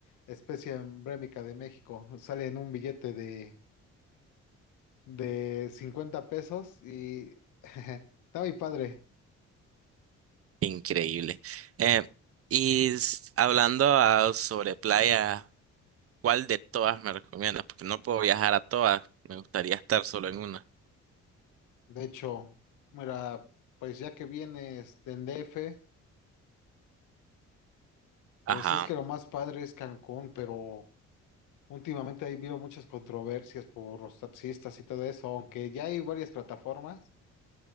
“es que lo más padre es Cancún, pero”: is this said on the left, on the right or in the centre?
Left